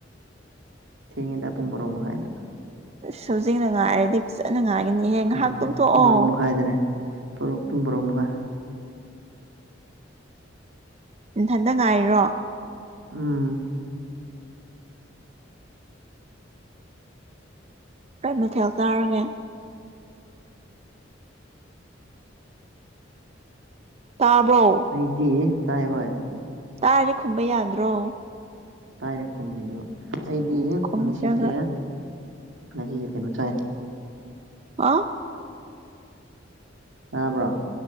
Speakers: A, on the right; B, on the right.
A: ꯊꯦꯡꯉꯦꯗ ꯄꯨꯡ ꯕꯥꯔꯣ ꯃꯈꯥꯏꯗ
B: ꯍꯧꯖꯤꯡꯅ ꯉꯥꯏꯔꯗꯤ ꯐꯖꯅ ꯉꯥꯏꯔꯅꯤꯍꯦ ꯉꯥꯏꯍꯥꯛ
A: ꯎꯝ
B: ꯇꯨꯝꯊꯣꯛꯑꯣ
A: <inaudible> ꯄꯨꯡ ꯕꯥꯔꯣ ꯃꯈꯥꯏ
B: ꯅꯊꯟꯇ ꯉꯥꯏꯔꯣ
A: ꯎꯝ
B: ꯀꯩ ꯃꯊꯦꯜ ꯆꯥꯔꯒꯦ ꯇꯥꯕꯔꯣ
A: ꯑꯩꯗꯤ ꯇꯥꯏ ꯍꯣꯏ
B: ꯇꯥꯔꯗꯤ ꯈꯨꯝꯕ ꯌꯥꯗ꯭ꯔꯣ
A: ꯇꯥꯏꯅ ꯈꯨꯝꯃꯤꯁꯤꯕꯨ ꯑꯩꯗꯤ
B: ꯎꯝ ꯈꯨꯝꯗ꯭ꯔꯒ
A: ꯉꯁꯤꯁꯦ ꯉꯁꯤꯁꯦ ꯀꯩꯅꯣ ꯆꯥꯏ
B: ꯑꯥ
A: ꯇꯥꯕ꯭ꯔꯥ